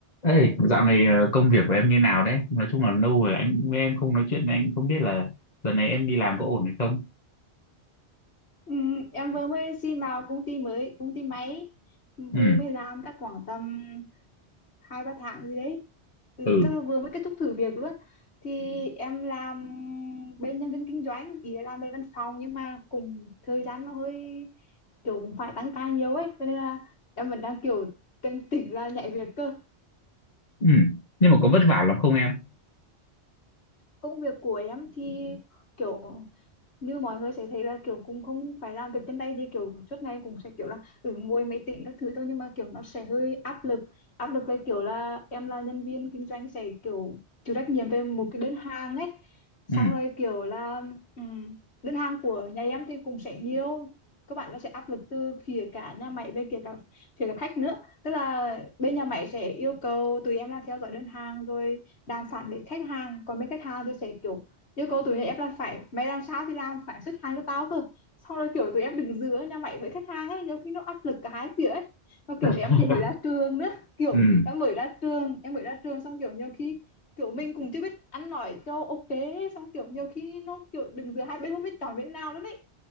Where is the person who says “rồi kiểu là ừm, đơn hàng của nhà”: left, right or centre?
Left